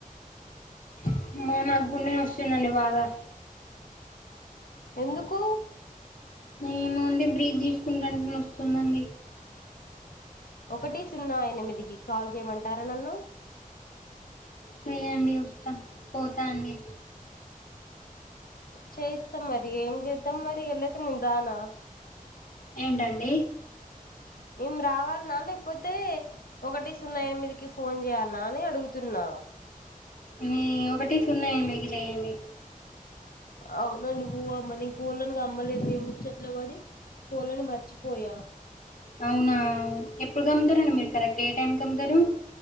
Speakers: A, on the left; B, on the left.
A: అమ్మో నాకు గుండె నొస్తుందండి బాగా
B: ఎందుకు
A: ఏమో అండి బ్రీత్ తీసుకుంటా అంటే నొస్తుందండి
B: ఒకటి సున్నా ఎనిమిదికి కాల్ చేయమంటారా నన్ను
A: చెయ్యండి వస్తా పోతా అండి
B: చేయిస్తాం మరి ఏం చేద్దాం మరి <unintelligible> నేను రానా
A: ఏంటండి
B: మేము రావాల్నా లేకపోతే ఒకటి సున్నా ఎనిమిదికి ఫోన్ చేయ్యాలా అని అడుగుతున్నా
A: మీ ఒకటి సున్నా ఎనిమిదికి చెయ్యండి
B: అవునండి <unintelligible> అమ్మ నీ కోళ్ళని అమ్మలేదు మేముచ్చట్ ఇంట్లో పడి పోలను మర్చిపోయా
A: అవునా ఎప్పుడు కమ్ముతరండి మీరు కరెక్ట్ ఏ టైంకి కమ్ముతరు